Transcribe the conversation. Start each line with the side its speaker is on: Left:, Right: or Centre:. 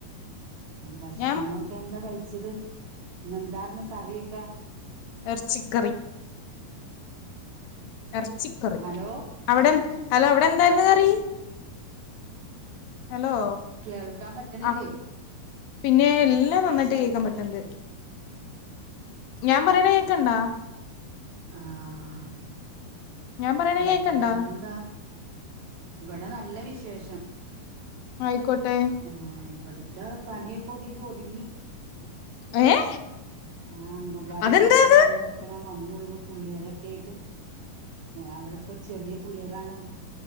Right: ഭക്ഷണ
Left: ഞാൻ
Right: ഒക്കെ എന്താ കഴി ച്ചിത് ന്ന് എന്താർന്ന് കറിയൊക്കെ
Left: ഏർച്ചിക്കറി എർച്ചിക്കറി
Right: ഹലോ
Left: അവിടെ ഹലോ അവിടെ എന്തായിരുന്നു കറി ഹലോ
Right: കേൾക്കാം പറ്റണില്ലേ
Left: ആഹ് പിന്നെ എല്ലാം നന്നായിട്ട് കേക്കാൻ പറ്റണ്ട് ഞാൻ പറയണ കേക്കണ്ടാ
Right: ആഹ
Left: ഞാൻ പറയണ
Right: പിന്നെ
Left: കേക്കണ്ടാ
Right: വേറെന്താ ഇവിടെ നല്ല വിശേഷം
Left: ആയിക്കോട്ടെ
Right: ഏ ഇവിടത്തെ പണിയൊക്കെ ഒരു വിധം ഒതുങ്ങി
Left: ഏഹ്
Right: ആ അങ്കൻവാടി
Left: അതെന്താത്
Right: പോയക്കാർന്ന് ഇപ്പ വന്നുള്ളു പുള്ളേരൊക്കെ ആയിട്ട് അവിടെപ്പ ചെറിയ പിള്ളേരാണ്